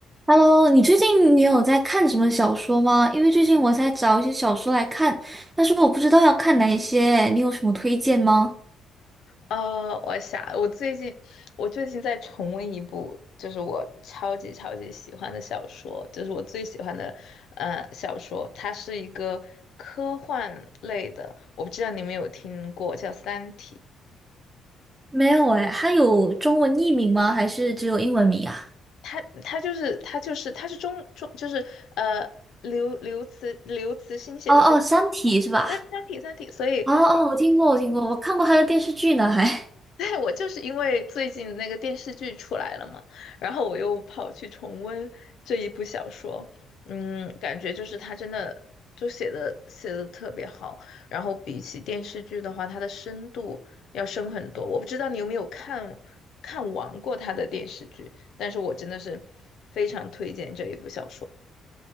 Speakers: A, on the right; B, on the left.
A: Hello，你最近你有在看什么小说吗？因为最近我在找一些小说来看，但是我不知道要看哪一些，你有什么推荐吗？
B: 呃，我想，我最近，我最近在重温一部，就是我超级超级喜欢的小说，就是我最喜欢的，呃，小说。它是一个科幻类的，我不知道你们有听过，叫《三体》。
A: 没有哎，它有中文译名吗？还是只有英文名啊？
B: 它它就是它就是它是中中就是呃刘刘慈刘慈欣写的，
A: 哦哦，
B: 所以
A: 《三体》是吧？
B: 对三体》《三体》，所以
A: 哦哦，我听过，我听过，我看过它的电视剧呢，还 <laughs>
B: 对，我就是因为最近那个电视剧出来了嘛，然后我又跑去重温这一部小说，嗯，感觉就是他真的就写的写的特别好，然后比起电视剧的话，它的深度要深很多。我不知道你有没有看看完过他的电视剧，但是我真的是非常推荐这一部小说。